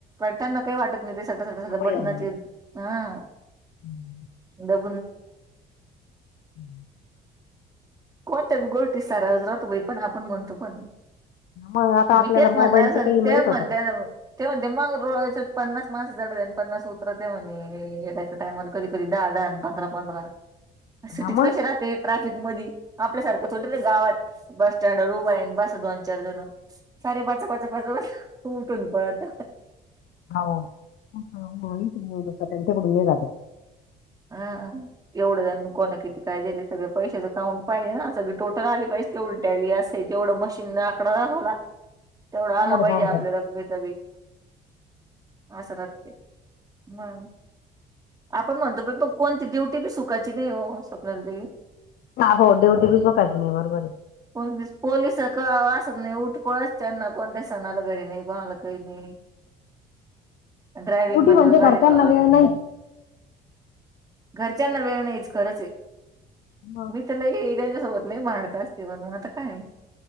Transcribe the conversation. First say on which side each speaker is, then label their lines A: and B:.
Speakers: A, on the right; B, on the left.
A: त्यांना काही वाटत. ते <inaudible> साधा
B: सवय
A: बटनाचे
B: होऊन गेली.
A: अ.
B: <unintelligible>
A: द <inaudible>
B: <unintelligible>
A: कोणत्या गोष्टी साराज राहतो बाई पण आपण म्हणतो पण
B: मग आता आपल्याला
A: मी तेच म्हणणार
B: मोबाईलच
A: संत्या
B: काही माहित
A: मंद्यान
B: होतं का?
A: व ते म्हणते मग रो पन्नास मास जड आणि पन्नास उतर ते म्हणे. टायमला की कधी दहा दहा पंधरा पंधरा सिटीत
B: हा मग
A: कश राहते ट्रॅफिक मध आपल्यासारखं थोट ना गावात बस सटँड रुबाईन बसा दोन चार जण सारे बाचा पाचापाच बस. ख उठून पळत.
B: होस त्यांट कड मे गात.
A: हा एवढं जाण कोणा किती काय दिले सगळ पैशाच काउंट पाहिजे ना सगळी टोटल आली पैसे ते उलट्याली असे जेवढं मशीन न आकडा लागवला तेवढं
B: एवढं
A: आला पाहिजे आपल्या
B: चालत.
A: रकमेच बी असं रते हम आपण म्हणतो पर कोणती ड्युटी बी सुखाची नाही हो स्वप्नाली ताई
B: हा हो ड्युटी बीच म काही नाही बरोबर आहे
A: कोणती पोललीस असत नाही उठ पळत त्यांना कोणत्या सणाला घरी नाही कोणाला काही नाही ड्रायविंग
B: ड्युटी
A: म्हणल्या
B: म्हणजे
A: गाडीच
B: घरच्यांना
A: अल
B: वेळ नाहीच.
A: घरच्यांना वेळणं हेच खरंच आहे
B: हो
A: मी <inaudible> नाही त्यांच्यासोबत नाही भांडता असते पण मग आता काय